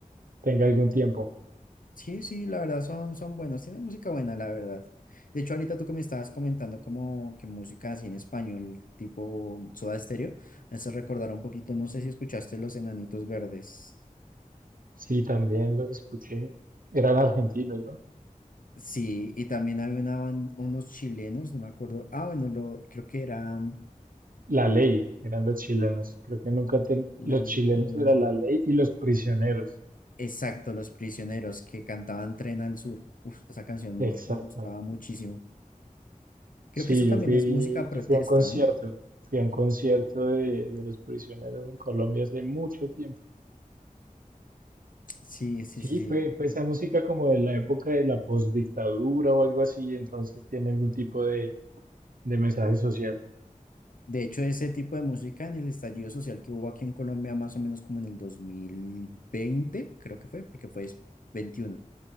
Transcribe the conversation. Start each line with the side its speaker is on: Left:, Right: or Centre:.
Right: tenga algún tiempo.
Left: Sí, sí, la verdad son, son buenos, tienen música buena, la verdad. De hecho, ahorita tú que me estabas comentando como que música así en español, tipo Soda Stereo, me hace recordar un poquito, no sé si escuchaste Los Enanitos Verdes.
Right: Sí, también los escuché. Eran argentinos, ¿no?
Left: Sí, y también había una ban- unos chilenos, no me acuerdo. Ah, bueno, lo, creo que era mm,
Right: La ley, eran los chilenos. Creo que nunca ten-
Left: la,
Right: los
Left: no,
Right: chilenos era la ley y los prisioneros.
Left: exacto, Los Prisioneros que cantaban Tren al Sur. Uf, esa canción
Right: Exacto.
Left: me gustaba muchísimo. Creo
Right: Sí,
Left: que eso también
Right: yo fui,
Left: es música protesta,
Right: yo fui a un concierto.
Left: ¿no?
Right: Fui a un concierto de, de Los Prisioneros en Colombia hace mucho tiempo.
Left: Sí, sí,
Right: Sí,
Left: sí, sí.
Right: fue, fue esa música como de la época de la postdictadura o algo así, entonces tiene algún tipo de, de mensaje social.
Left: De hecho, ese tipo de música en el estallido social que hubo aquí en Colombia más o menos como en el 2020 creo que fue, porque fue des- 21